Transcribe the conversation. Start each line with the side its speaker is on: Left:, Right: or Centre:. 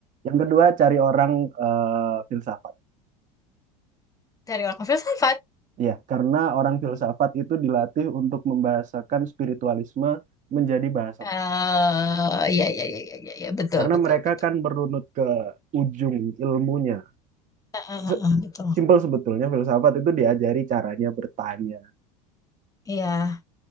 Right: Yang kedua, cari orang eh, filsafat.
Left: dari orang filsafat.
Right: Ya, karena orang filsafat itu dilatih untuk membahasakan spiritualisme menjadi bahasa
Left: Eh,
Right: manusia.
Left: ya, ya, ya, ya, ya, ya, betul,
Right: Karena
Left: betul,
Right: mereka
Left: betul,
Right: kan merunut ke ujung ilmunya.
Left: Ah, ah,
Right: Se-
Left: ah, betul.
Right: Simpel sebetulnya filsafat itu diajari caranya bertanya.
Left: Iya.